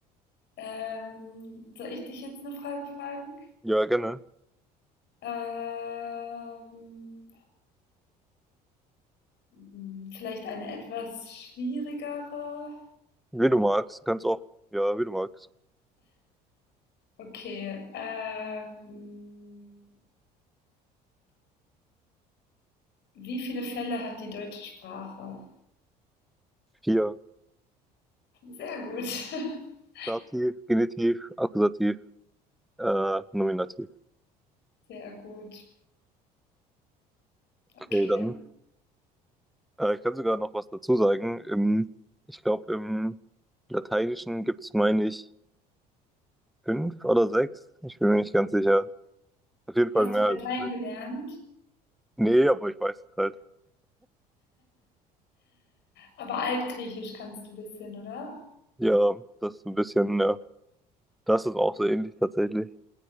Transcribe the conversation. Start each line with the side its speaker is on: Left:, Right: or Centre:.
Left: Ähm, soll ich dich jetzt eine Frage fragen?
Centre: Ja, gerne.
Left: Ähm, hm, vielleicht eine etwas schwierigere.
Centre: Wie du magst. Du kannst auch, ja, wie du magst.
Left: Okay. Ähm, wie viele Fälle hat die deutsche Sprache?
Centre: Vier.
Left: Sehr gut. <laughs>
Centre: Dativ, Genitiv, Akkusativ, äh, Nominativ.
Left: Sehr gut. Okay.
Centre: Okay, dann Äh, ich kann sogar noch was dazu sagen. Im, ich glaube, im Lateinischen gibt's meine ich, fünf oder sechs. Ich bin mir nicht ganz sicher. Auf jeden Fall
Left: Hast
Centre: mehr
Left: du
Centre: als
Left: Latein
Centre: fünf.
Left: gelernt?
Centre: Nee, aber ich weiß es halt.
Left: Aber Altgriechisch kannst du ein bisschen, oder?
Centre: Ja, das ist ein bisschen, ja. Das ist auch so ähnlich tatsächlich.